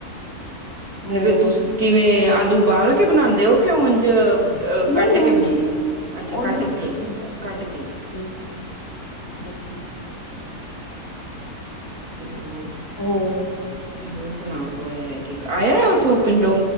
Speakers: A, on the left; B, on the right.
A: ਹੋਰ
B: ਫੇਰ ਤੁਸੀ ਕਿਵੇਂ ਆਲੂ ਉਬਾਲ ਕੇ ਬਣਾਦੇ ਹੋ, ਕਿ ਉੰਝ
A: ਨਹੀਂ
B: ਕੱਟ ਕੇ
A: ਉਂਝ
B: ਬਣਾ।
A: ਈ
B: ਅੱਛਾ
A: ਉਂਝ
B: ਕੱਟ
A: ਈ
B: ਕੇ,
A: ਸਿੰਪਲ
B: ਕੱਟ ਕੇ,
A: ਹੂੰ ਹਟ ਗਈ
B: ਹ, ਹੋਰ?
A: ਹੋਰ?
B: ਹੋਰ ਸੁਣਾਓ? ਉਹ ਇਹ ਹੈ ਕਿ ਆਇਆ ਉਥੋਂ ਪਿੰਡੋ,